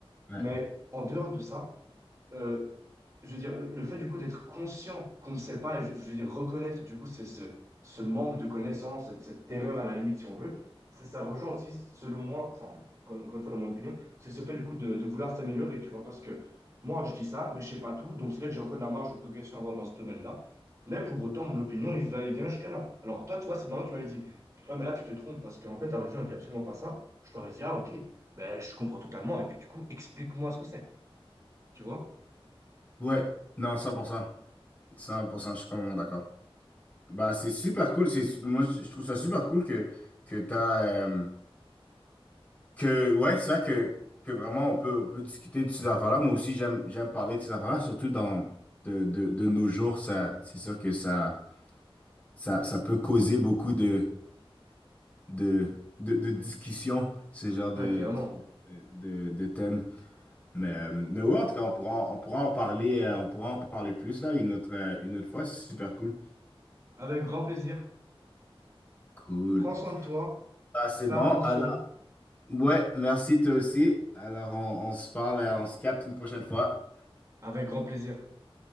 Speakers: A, on the left; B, on the right.
A: Ouais.
B: Mais en dehors de ça, euh, je veux dire, le fait du coup d'être conscient qu'on ne sait pas, et je, je veux dire reconnaître du coup c'est ce, ce manque de connaissance, cette, cette terreur à la limite si on veut, ça, ça rejoint aussi selon moi, enfin encore encore une fois dans mon opinion, c'est ce fait du coup de, de vouloir s'améliorer, tu vois, parce que moi je dis ça, mais je sais pas tout, donc c'est vrai que j'ai encore de la marge de progression à avoir dans ce domaine-là, mais pour autant mon opinion il va et vient jusqu'à là. Alors toi tu vois, si maintenant tu m'avais dit, ouais mais là tu te trompes parce qu'en fait ta religion elle dit absolument pas ça, je t'aurais dit ah ok, ben je comprends totalement et puis du coup explique-moi ce que c'est, tu vois?
A: Ouais, non, cent pour cent cent pour cent, je suis complètement d'accord. Bah, c'est super cool. C'est, moi, je je trouve ça super cool que, que t'as... euh, Que, ouais, c'est ça que, que vraiment on peut, on peut discuter de ces affaires-là. Moi aussi, j'aime, j'aime parler de ces affaires-là, surtout dans, de, de, de nos jours. Ça, c'est sûr que ça, ça, ça peut causer beaucoup de, de, de, de discussions, ce genre de,
B: Ouais, clairement.
A: ce genre de, de, de thèmes. Mais, euh, mais ouais, en tout cas, on pourra, on pourra en parler, euh, on pourra en parler plus là une autre, euh, une autre fois. C'est super cool.
B: Avec grand plaisir.
A: Cool.
B: Prends soin de toi.
A: Ah, c'est
B: Fais
A: bon.
B: attention.
A: Alors, ouais, merci toi aussi. Alors, on, on se parle,
B: Et puis,
A: euh, on se capte une prochaine fois.
B: avec grand plaisir.